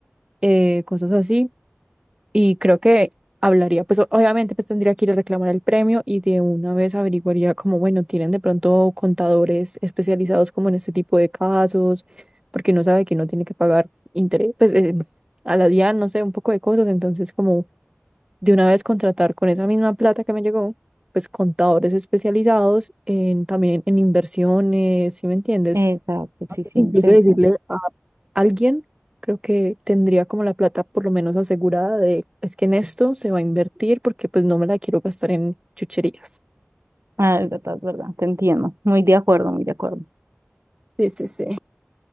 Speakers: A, on the right; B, on the right.
A: eh, cosas así. Y creo que hablaría, pues o- obviamente pues tendría que ir a reclamar el premio y de una vez averiguaría como, bueno, tienen de pronto contadores especializados como en este tipo de casos, porque no sabe que no tiene que pagar interés, pues eh, a la DIAN, no sé, un poco de cosas. Entonces como de una vez contratar con esa misma plata que me llegó, pues contadores especializados en, también en inversiones, ¿sí me entiendes?
B: Exacto, sí,
A: Pues,
B: sí,
A: Incluso
B: intento.
A: decirle alguien creo que tendría como la plata por lo menos asegurada de, es que en esto se va a invertir porque pues no me la quiero gastar en chucherías.
B: Ah, es verdad, es verdad, te entiendo. Muy de acuerdo, muy de acuerdo.
A: Sí, sí, sí.